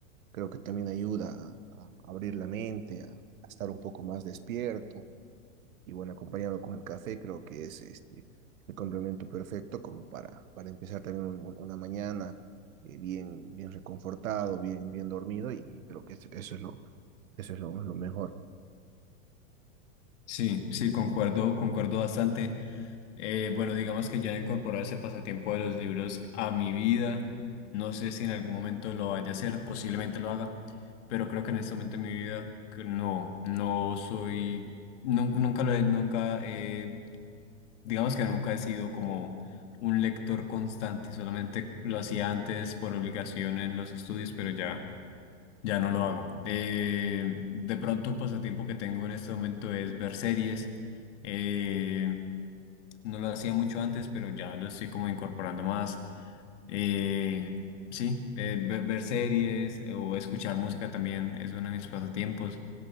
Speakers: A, on the right (about 80°); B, on the left (about 60°).
A: Creo que también ayuda a, a abrir la mente, a, a estar un poco más despierto. Y bueno, acompañado con el café, creo que es este, el complemento perfecto como para, para empezar también un- un- una mañana eh, bien, bien reconfortado, bien, bien dormido. Y creo que eso es lo, eso es lo, lo mejor.
B: Sí, sí, concuerdo, concuerdo bastante. Eh, bueno, digamos que ya he incorporado ese pasatiempo de los libros a mi vida. No sé si en algún momento lo vaya a hacer, posiblemente lo haga, pero creo que en este momento de mi vida que no, no soy, nun- nunca lo he, nunca he- digamos que nunca he sido como un lector constante, solamente lo hacía antes por obligación en los estudios, pero ya, ya no lo hago. Eh, de pronto un pasatiempo que tengo en este momento es ver series. eh, no lo hacía mucho antes, pero ya lo estoy como incorporando más. Eh, sí, eh, ve- ver series eh, o escuchar música también es uno de mis pasatiempos.